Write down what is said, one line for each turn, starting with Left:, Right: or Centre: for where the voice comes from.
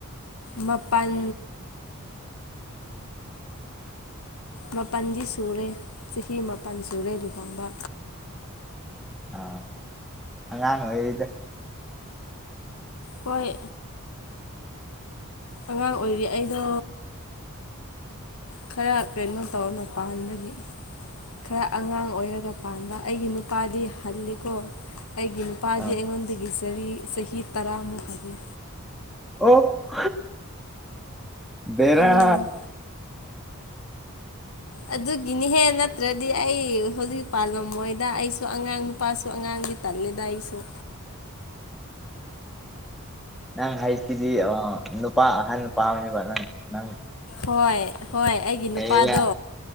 Left: ꯃꯥꯄꯜ ꯃꯥꯄꯜꯗꯤ ꯁꯨꯔꯦ ꯆꯍꯤ ꯃꯥꯄꯜ ꯁꯨꯔꯦ ꯂꯨꯍꯣꯡꯕ
Centre: ꯑꯥ ꯑꯉꯥꯡꯉꯗ
Left: ꯍꯣꯏ ꯑꯉꯥꯡ ꯑꯣꯏꯔꯤ ꯑꯩꯗꯣ ꯈꯔ ꯀꯩꯅꯣ ꯇꯧꯔꯅ ꯄꯥꯟꯕꯒꯤ ꯈꯔ ꯑꯉꯥꯡ ꯑꯣꯏꯔꯒ ꯄꯥꯟꯕ ꯑꯩꯒꯤ ꯅꯨꯄꯥꯗꯤ ꯍꯂꯀꯣ ꯑꯩꯒꯤ ꯅꯨꯄꯥꯗꯤ
Centre: ꯑꯥ
Left: ꯑꯩꯉꯣꯟꯗꯒꯤ ꯆꯔꯤ ꯆꯍꯤ ꯇꯔꯥꯃꯨꯛ ꯍꯥꯏꯂ
Centre: ꯑꯣ ꯕꯔ
Left: ꯎꯝ ꯑꯗꯨꯒꯤꯅꯤꯍꯦ ꯅꯠꯇ꯭ꯔꯗꯤ ꯑꯩ ꯍꯧꯖꯤꯛ ꯄꯥꯜꯂꯝ ꯃꯣꯏꯗ ꯑꯩꯁꯨ ꯑꯉꯥꯡ ꯅꯨꯄꯥꯁꯨ ꯑꯉꯥꯡ ꯗꯤ ꯇꯂꯦꯗꯏꯁꯨꯣ
Centre: <unintelligible> ꯅꯪ ꯍꯥꯏꯁꯤꯗꯤ ꯅꯨꯄꯥ ꯑꯍꯟ ꯅꯨꯄꯥ ꯑꯃꯅꯦꯕ ꯅꯪ ꯅꯪ
Left: ꯍꯣꯏ ꯍꯣꯏ ꯑꯩꯒꯤ ꯅꯨꯄꯥꯗꯣ
Centre: ꯑꯦꯌꯥ